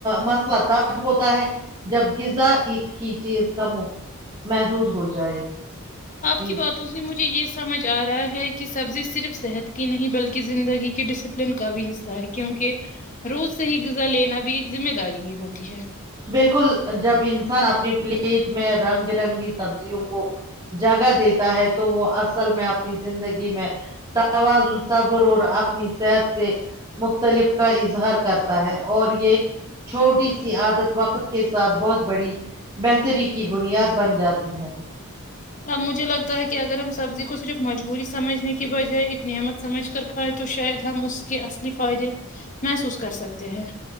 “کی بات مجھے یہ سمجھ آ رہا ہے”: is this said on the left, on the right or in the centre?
Left